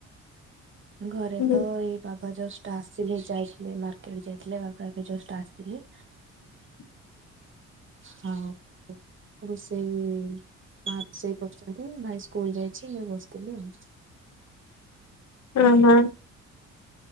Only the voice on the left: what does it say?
ହଁ
<inaudible>
ଉହୁଁ।